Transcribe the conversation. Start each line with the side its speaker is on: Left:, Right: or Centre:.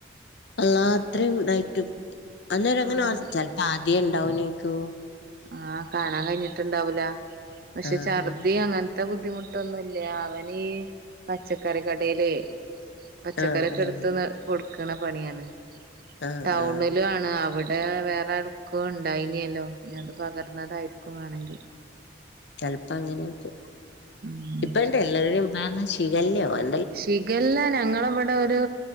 Left: അള്ളാ അത്രയും ഒണ്ടായിട്ടും അന്നേരം അങ്ങനെ
Right: ആഹ്
Left: ആ ചെലപ്പ ആദ്യേ ഉണ്ടാവെനേ ക്കൂ
Right: ആ കാണാൻ കഴിഞ്ഞ്ട്ട് ഇണ്ടാവൂല പക്ഷേ
Left: ആഹ്
Right: ഛർദി അങ്ങനത്തെ ബുദ്ധിമുട്ട് ഇതെന്നും ഇല്ല അവന് പച്ചക്കറി കടയില് പച്ചക്കറിയെക്കെ
Left: ആഹ്
Right: എടുത്ത്
Left: ആഹ്
Right: കൊട്ക്കാണാ പണിയാണ്
Left: ആഹ്
Right: ടൗണിലും
Left: ആഹ്
Right: ആണ് അവ ശികല്ല വേറെ ആർക്കോ ഉണ്ടായിനല്ലോ ഇനി അത് പകർന്നതായിരിക്കും വാേണെങ്കി
Left: ചെലപ്പോ അങ്ങനെയ്ക്കും
Right: ഉം
Left: ഇപ്പ ഇണ്ട് എല്ലരുടെം <unintelligible> ശീഖല്ലയോ എ
Right: ശിഖല്ല ഞങ്ങളെ ഇവടെ ഒരു